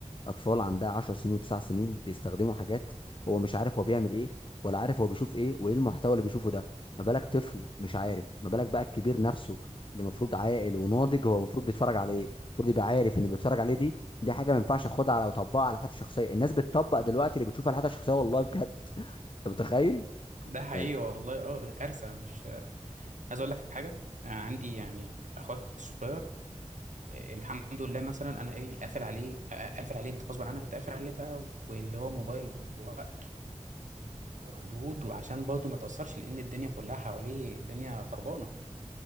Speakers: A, on the left (about 45°); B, on the right (about 85°).
A: اطفال عندها 10 سنين و9 سنين بيستخدموا حاجات هو مش عارف هو بيعمل ايه ولا عارف هو بيشوف ايه وايه المحتوى اللي بيشوفه ده ما بالك طفل مش عارف ما بالك بقى الكبير نفسه اللي المفروض عاقل وناضج هو المفروض بيتفرج على ايه المفروض يبقى عارف ان اللي بيتفرج عليه دي دي حاجه ما ينفعش اخدها على اطبقها على حياتي الشخصيه الناس بتطبق دلوقتي اللي بتشوفها على حياتها الشخصيه والله بجد انت متخيل
B: ده حقيقي
A: يعني
B: والله اه ده كارثه مش عايز اقول لك حاجه عندي يعني اخويا الصغير آه، الحمد لله مثلا انا ايه قافل عليه آه، قافل عليه انت غصب عنك انت قافل عليه بقى واللي هو موبايل بوقت وحدود وعشان برضه ما يتاثرش لان الدنيا كلها حواليه الدنيا خربانه